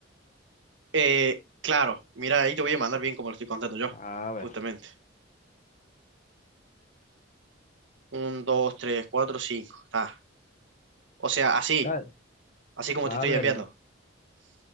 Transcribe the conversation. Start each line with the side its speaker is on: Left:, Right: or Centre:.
Right: Eh, claro, mira, ahí te voy a mandar bien como lo estoy contando yo,
Left: A
Right: justamente.
Left: ver,
Right: Un, dos, tres, cuatro, cinco. Está. O sea, así,
Left: Dale.
Right: así como
Left: a
Right: te estoy
Left: ver.
Right: enviando.